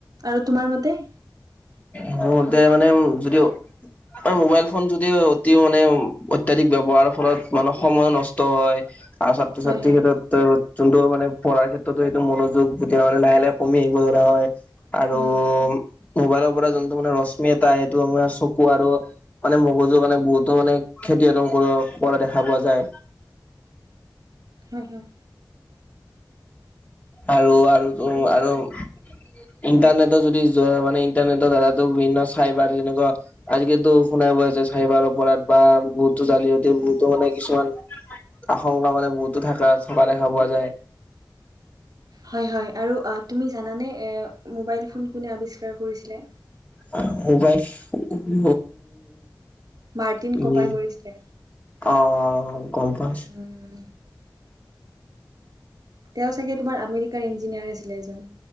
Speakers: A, on the right (about 55°); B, on the left (about 20°).
A: আৰু তোমাৰ মতে?
B: মোৰ মতে মানে যদি মোবাইল ফোন যদি অতি মানে অত্যাধিক ব্যৱহাৰৰ ফলত <unintelligible> সময়ো নষ্ট হয় আৰু ছাত্ৰ
A: হয়
B: ছাত্ৰীৰ
A: হয়
B: ক্ষেত্ৰত <unintelligible> যোনটো মানে পঢ়াৰ ক্ষেত্ৰতো সেইটো মনোযোগ যেতিয়া মানে লাহে, লাহে কমি আহিব ধৰা হয়। আৰু
A: উম
B: মোবাইলৰ যোনটো মানে ৰশ্মি এটা সেইটো <unintelligible> চকু আৰু মানে মগজু কাৰনে বহুতো মানে <unintelligible> <unintelligible> কৰা দেখা পোৱা যায়।
A: হ'ম হ'ম।
B: আৰু আৰু টো আৰু ইণ্টাৰনেটৰ যদি যোৱা মানে ইণ্টাৰনেটৰ দ্বাৰেটো বিভিন্ন চাইবাৰ যেনেকুৱা আজিকালিটো শুনাই শুনাই পোৱা হৈছা। চাইবাৰ অপৰাধ বা বহুতো জালিহতে বহুতো মানে কিছুমান আশংকা মানে বহুতো থকা থকা দেখা পোৱা যায়।
A: হয় হয় আৰু আ তুমি জানানে এ মোবাইল ফোন কোনে আৱিষ্কাৰ কৰিছিলে?
B: <unintelligible> মোবাইল ফোন
A: মাৰ্টিন
B: উম
A: কপাৰ কৰিছিলে
B: অ। গম পাইছো
A: উম। তেওঁ চাগে তোমাৰ আমেৰিকাৰ ইঞ্জিনিয়াৰ আছিলে এজন।